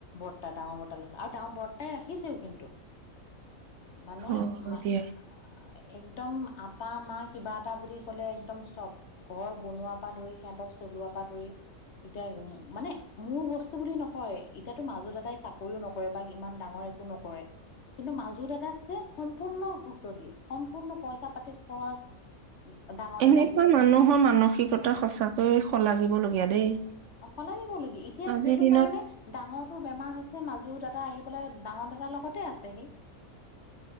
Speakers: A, on the left; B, on the right.
A: বৰতা- ডাঙৰ বৰতা লৈছে আৰু ডাঙৰ বৰ্তাই ৰাখিছেও কিন্তু! মানে।
B: হয়
A: <unintelligible>
B: দিয়া।
A: একদম আটা মা কিবা এটা বুলি ক'লে একদম চব। ঘৰ বনোৱাৰ পৰা ধৰি সিহঁতক চলোৱাৰ পৰা ধৰি। এতিয়া মানে মোৰ বস্তু বুলি নকয়। এতিয়াতো মাজু দাদাই চাকৰিও নকৰে বা ইমান ডাঙৰ একো নকৰে। কিন্তু মাজু দাদাক যে সম্পূৰ্ণ গুৰুত্ব দিয়ে। সম্পূৰ্ণ পইচা-পাতি, খৰচ উম, ডাঙৰ
B: এনেকুৱা
A: দাদাই দি থাকে।
B: মানুহৰ মানসিকতা সঁচাকৈয়ে শলাগিবল ইয়া দেই।
A: অ', সলাই দিবলগি এতিয়া
B: আজিৰ
A: সেইটো
B: দিনত
A: কাৰণে ডাঙৰটোৰ বেমাৰ হৈছে মাজু দাদা এটা আহি পেলাই ডাঙৰ দাদাৰ লগতে আছেহি।